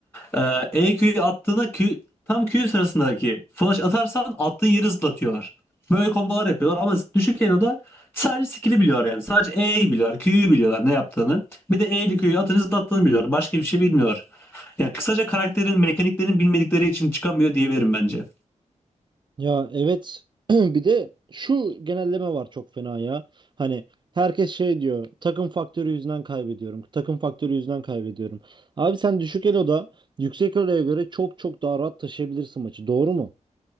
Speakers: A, on the left (about 15°); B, on the right (about 35°).
A: ee, E Q'yu attığına Q, tam Q sırasındaki flash atarsan attığın yeri zıplatıyorlar. Böyle kombolar yapıyorlar ama düşük Elo'da sadece skill'i biliyorlar yani. Sadece E'yi biliyorlar, Q'yu biliyorlar ne yaptığını. Bir de E'li Q'yu atınca zıplattığını biliyorlar. Başka bir şey bilmiyorlar. Yani kısaca karakterin, mekaniklerin bilmedikleri için çıkamıyor diyebilirim bence.
B: Ya evet <clears throat> bir de şu genelleme var çok fena ya. Hani herkes şey diyor takım faktörü yüzünden kaybediyorum. Takım faktörü yüzünden kaybediyorum. Abi sen düşük eloda yüksek eloya göre çok çok daha rahat taşıyabilirsin maçı doğru mu?